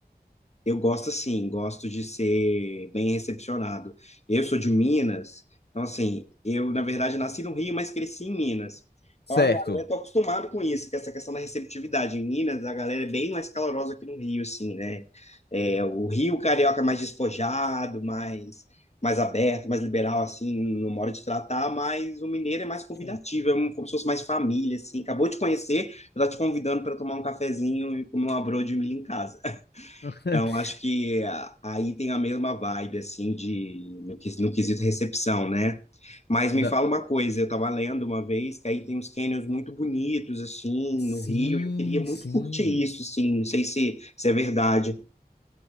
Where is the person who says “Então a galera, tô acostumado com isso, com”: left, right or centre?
Left